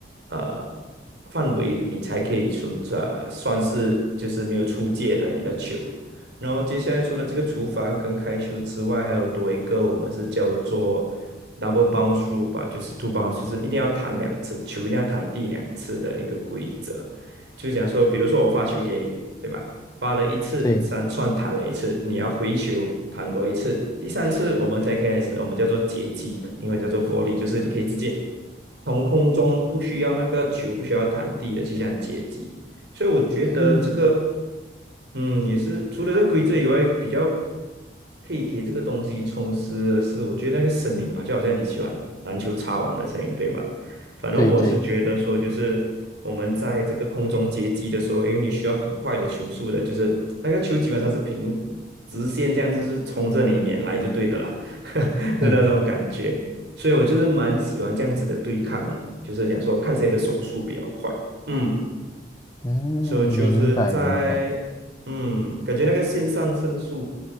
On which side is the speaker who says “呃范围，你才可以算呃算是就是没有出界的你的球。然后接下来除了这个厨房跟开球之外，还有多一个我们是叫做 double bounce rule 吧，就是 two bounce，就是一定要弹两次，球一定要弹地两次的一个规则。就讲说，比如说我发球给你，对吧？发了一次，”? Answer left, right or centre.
Right